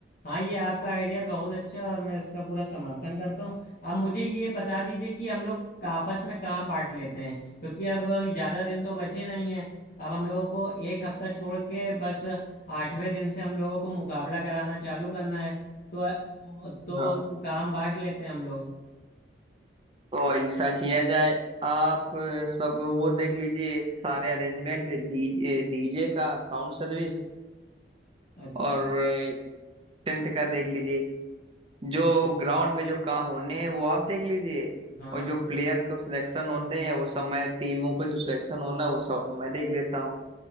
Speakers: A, on the left; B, on the right.
A: हाँ ये आपका आइडिया बहुत अच्छा है और मैं इसका पूरा समर्थन करता हूँ आप मुझे ये बता दीजिए कि हम लोग का- आपस में काम बांट लेते हैं क्योंकि अब ज़्यादा दिन तो बचे नहीं हैं अब हम लोगों को एक हफ्ता छोड़ के बस आठवें दिन से हम लोगों को मुकाबला कराना चालू करना है तो तो
B: हाँ
A: काम बांट लेते हैं हम लोग
B: तो ऐसा किया जाए आप सब वो देख लीजिए सारे अरेंजमेंट डीजे डीजे का साउंड सर्विस
A: अच्छा
B: और टेंट का देख लीजिए जो ग्राउंड में जो काम होने हैं वो आप देख लीजिए
A: हाँ
B: और जो प्लेयर को सिलेक्शन होने हैं वो सब मैं टीमों को जो सिलेक्शन होना है वो सब मैं देख लेता हूँ